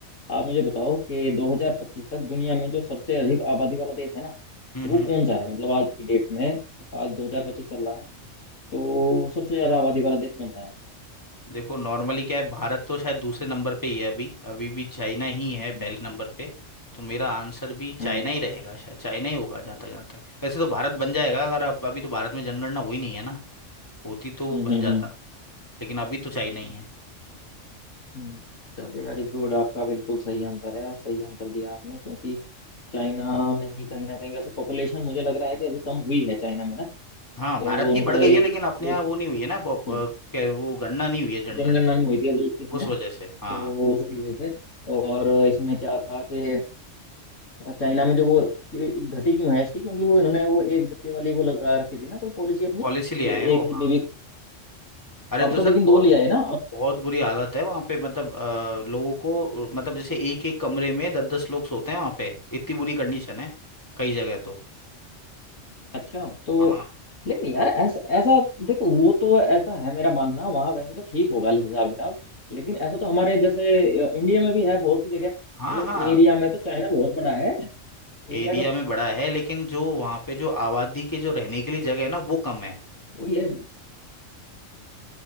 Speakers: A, on the left; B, on the left.
A: आप मुझे बताओ कि 2025 तक दुनिया में जो सबसे अधिक आबादी वाला देश है ना
B: हम्म
A: वो
B: हम्म
A: कौन सा है मतलब आज की डेट में आज 2025 चल रहा है तो सबसे ज्यादा आबादी वाला देश कौन सा है
B: देखो नॉर्मली क्या है भारत तो शायद दूसरे नंबर पे ही है अभी अभी भी चाइना ही है
A: हम्म
B: पहले नंबर पे तो मेरा आंसर भी चाइना
A: हम्म
B: ही रहेगा शायद चाइना ही होगा जहाँ तक जहाँ तक वैसे तो भारत बन जाएगा अगर अब अभी तो भारत में जनगणना हुई नहीं है ना होती तो वो
A: हम्म
B: बन
A: हम्म,
B: जाता
A: हम्म,
B: लेकिन अभी तो चाइना ही है
A: हम्म। चलिए वेरी गुड आपका बिल्कुल सही आंसर है सही आंसर दिया आपने क्योंकि चाइना में ही कहीं ना कहीं वैसे पॉपुलेशन मुझे लग रहा है कि अभी कम हुई है चाइना में ना
B: हाँ भारत
A: ए, वो
B: की
A: उनको
B: बढ़ गई
A: एक
B: है लेकिन अपने
A: एक
B: यहाँ वो नहीं हुई है ना पॉप-
A: हम्म,
B: अ, क्या- वो गणना नहीं हुई है जनगणना
A: जनगणना नहीं हुई थी अभी इक्कीस में
B: उस वजह से हाँ
A: तो उसकी वजह से और इसमें क्या था कि चाइना में जो वो कि घटी क्यों है इसकी क्योंकि वो इन्होंने वो एक बच्चे वाली वो लगा रखी थी ना कोई पॉलिसी अपनी
B: पॉलिसी
A: कि
B: ले आए हैं वो
A: एक ही
B: हाँ
A: बेबी
B: अरे
A: अब
B: तो
A: तो
B: सर
A: लेकिन दो
B: बहुत
A: ले आए ना
B: बहुत बुरी हालत है वहां पे मतलब अ, लोगों को अ, मतलब जैसे एक एक कमरे में दस दस लोग सोते हैं वहां पे इतनी बुरी कंडीशन है कई जगह तो
A: अच्छा तो
B: हाँ
A: लेकिन यार ऐसा ऐसा देखो वो तो ऐसा है मेरा मानना वहाँ वैसे तो ठीक होगा हिसाब किताब लेकिन ऐसा तो हमारे जैसे अ, इंडिया में भी है बहुत सी जगह मतलब
B: हाँ हाँ
A: एरिया में तो चाइना बहुत बड़ा है एरिया
B: एरिया
A: का
B: में बड़ा है लेकिन जो वहां पे जो आबादी के जो रहने के लिए जगह है ना वो कम है
A: वही है